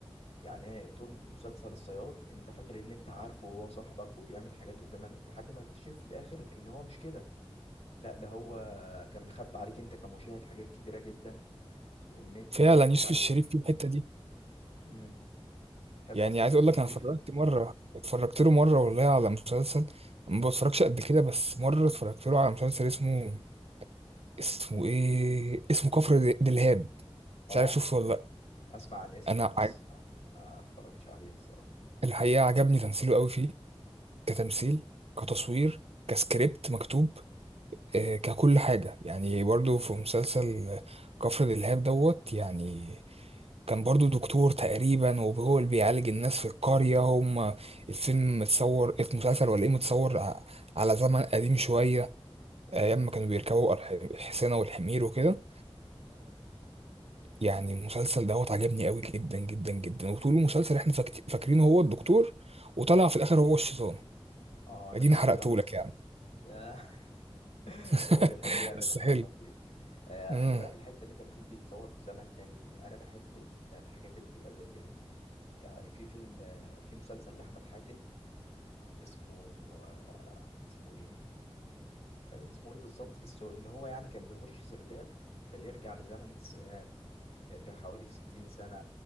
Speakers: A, on the left; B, on the right.
A: يعني طول مسلسل الصياد انت فاكر ان انت عارفه وهو صاحبك وبيعمل حاجات قدام عينيك لحد ما اكتشف في الاخر ان هو مش كده لا ده هو كان مخبي عليك انت كمشاهد حاجات كتيرة جدا وان انت
B: فعلا
A: مضحوك
B: يوسف
A: عليك
B: الشريف في الحته دي
A: مم. تحب
B: يعني
A: اصلا
B: عايز
A: يوسف
B: اقول لك
A: الشريف
B: انا اتفرجت مره اتفرجت له مره والله على مسلسل ما بتفرجش قد كده بس مره اتفرجت له على مسلسل اسمه اسمه ايه اسمه كفر دلهاب مش
A: اه
B: عارف شوفه ولا لا
A: اسمع عن اسمه
B: انا
A: بس آه، اتفرجتش عليه الصراحة
B: الحقيقة عجبني تمثيله قوي فيه كتمثيل كتصوير كسكريبت مكتوب آه، ككل حاجة يعني برضو في مسلسل كفر دلهاب دوت يعني كان برضو دكتور تقريبا وهو اللي بيعالج الناس في القرية هم الفيلم متصور المسلسل ولا ايه متصور ع- على زمن قديم شوية أيام
A: مم.
B: ما كانوا بيركبوا الح- الحصينة والحمير وكده يعني المسلسل دوت عجبني قوي جدا جدا جدا وطول المسلسل احنا فاكت- فاكرين هو الدكتور وطلع في الاخر هو الشيطان
A: اه نفس
B: اديني حرقته
A: الكلام برضه
B: لك يعني
A: <laughs>
B: <laughs>
A: هو بيحب يعمل
B: بس
A: الحركات
B: حلو
A: دي آه
B: امم
A: خلي بالك الحته اللي انت بتقول بيتصور في زمن تاني دي انا بحب ال- الحاجات اللي تبقى زي كده يعني في فيلم آه، في مسلسل لاحمد حاتم اسمه آه اسمه ايه مش فاكر اسمه ايه بالظبط بس هو- ان هو يعني كان بيخش سرداب فيرجع لزمن التسعينات يرجع حوالي 60 سنه